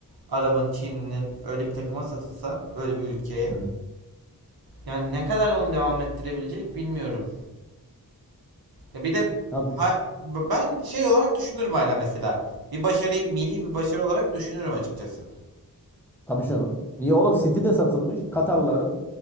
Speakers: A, on the right; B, in the centre.
A: Arabanın Çin'in öyle bir takıma satılsa öyle bir ülkeye.
B: Evet.
A: Yani ne kadar onu devam ettirebilecek bilmiyorum. Ya bir de
B: Tabii.
A: ha- ben şey olarak düşünürüm hala mesela. Bir başarıyı milli bir başarı olarak düşünürüm açıkçası.
B: Tabii canım. Niye oğlum? City de satılmış. Katarların